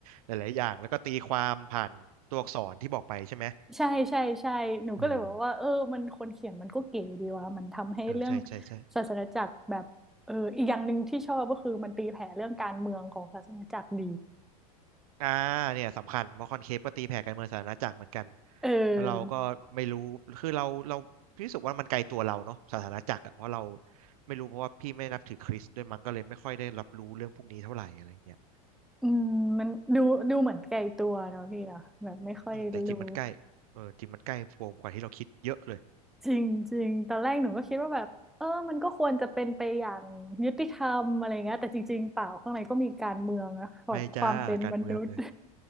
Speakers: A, on the right (about 75°); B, in the centre.
A: หลายๆอย่างแล้วก็ตีความผ่านตัวอักษรที่บอกไปใช่ไหม
B: ใช่ใช่ใช่หนูก็เลยบอกว่าเออมันคนเขียนมันก็เก๋ดีว่ะมันทำให้เรื่อง
A: เออเออใช่ใช่ใช่
B: ศาสนจักรแบบเอออีกอย่างหนึ่งที่ชอบก็คือมันตีแผ่เรื่องการเมืองของศาสนจักรดี
A: อ่าเนี่ยสำคัญเพราะคอนเคปก็ตีแผ่การเมืองสาธารณจักรเหมือนกัน
B: เออ
A: แล้วเราก็ไม่รู้คือเราเราพี่รู้สึกว่ามันไกลตัวเราเนาะสาธารณจักรอะเพราะเราไม่รู้เพราะว่าพี่ไม่นับถือคริสต์ด้วยมั้งก็เลยไม่ค่อยได้รับรู้เรื่องพวกนี้เท่าไหร่อะไรอย่างเงี้ย
B: อืมมันดูดูเหมือนไกลตัวเนาะพี่เนาะแบบไม่ค่อยรู้
A: อืมแต่จริงมันใกล้เออจริงมันใกล้โวมกว่าที่เราคิดเยอะเลย
B: จริงจริงตอนแรกหนูก็คิดว่าแบบเออมันก็ควรจะเป็นไปอย่างยุติธรรมอะไรเงี้ยแต่จริงๆเปล่าข้างในก็มีการเมืองนะแบบความเป็นมนุษย์
A: ไม่จ้าการเมืองเลย